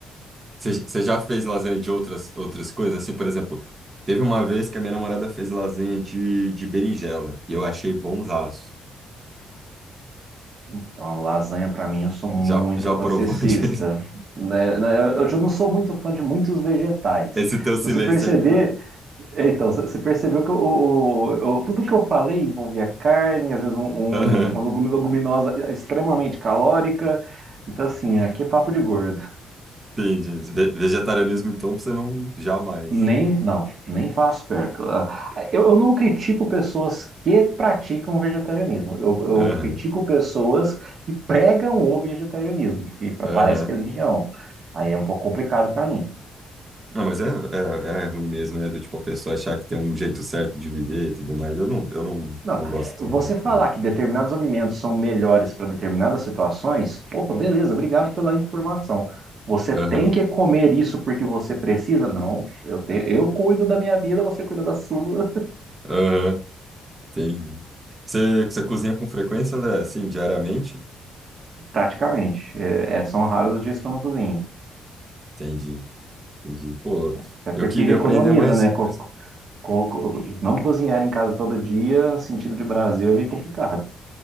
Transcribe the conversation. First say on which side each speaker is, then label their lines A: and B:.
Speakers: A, on the right (about 30°); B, on the right (about 50°).
A: Você você já fez lasanha de outras, outras coisas? Assim, por exemplo, teve uma vez que a minha namorada fez lasanha de, de berinjela e eu achei bonzaço.
B: Então, a lasanha, para mim, eu sou muito
A: Já, já
B: classicista.
A: provou <laughs> de-
B: né? Né, Eu eu já não sou muito fã de muitos vegetais.
A: esse teu silêncio
B: Se você perceber,
A: aí foi.
B: é, então, você você percebeu que eu- o- o- eu- tudo que eu falei envolvia carne, às vezes um- um-
A: Aham,
B: uma legumi- leguminosa extremamente calórica. Então, assim, aqui é papo de gordo.
A: entendi. Ve- Vegetarianismo, então, você não jamais.
B: Nem, não, nem passo perto. Ah, Eu, eu não critico pessoas que praticam vegetarianismo. Eu, eu
A: Aham,
B: critico pessoas que pregam o vegetarianismo, que pra-
A: aham.
B: parece religião. Aí é um pouco complicado para mim.
A: Não, mas é, é, é ruim mesmo, né? Do tipo a pessoa achar que tem um jeito certo de viver e tudo mais. Eu não, eu não,
B: Não,
A: não gosto também
B: você
A: muito,
B: falar
A: não.
B: que determinados alimentos são melhores para determinadas situações, opa, beleza, obrigado pela informação. Você
A: Aham,
B: tem que comer isso porque você precisa? Não, eu, te, eu cuido da minha vida, você cuida da sua.
A: aham, entendi. Você, você cozinha com frequência, André? Assim, diariamente?
B: Praticamente. É, é, são raros os dias que eu não cozinho.
A: Entendi, entendi. Pô,
B: Até porque
A: eu queria
B: economiza,
A: aprender mais
B: né?
A: coisas.
B: Co- co- co- não cozinhar em casa todo dia, sentido de Brasil, é meio complicado.